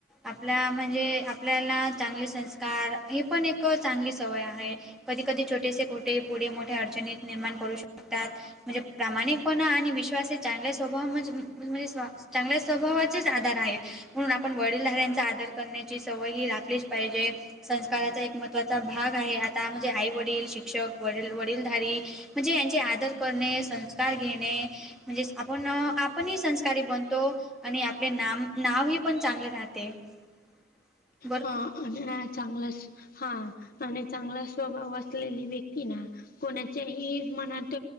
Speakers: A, in the centre; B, on the left (about 45°).
A: आपल्या म्हणजे आपल्याला चांगले संस्कार हे पण एक चांगली सवय आहे. कधी कधी छोटेसे खोटे पुढे मोठ्या अडचणीत निर्माण करू शकतात. म्हणजे प्रामाणिकपणा आणि विश्वास हे चांगल्या स्वभाव म्हणजे म्हणजे स्व -चांगल्या स्वभावाचेच आधार आहेत. म्हणून आपण वडीलधाऱ्यांचा आदर करण्याची सवय ही राखलीच पाहिजे. संस्काराचा एक महत्त्वाचा भाग आहे. आता म्हणजे आईवडील, शिक्षक, वडील, वडीलधारी म्हणजे यांचे आदर करणे, संस्कार घेणे म्हणजे आपण आपणही संस्कारी बनतो आणि आपले नाम नावही पण चांगले राहते. <unintelligible>
B: हा आणि ह चांगला हा आणि चांगला स्वभाव असलेली व्यक्ती ना कोणाच्याही मनात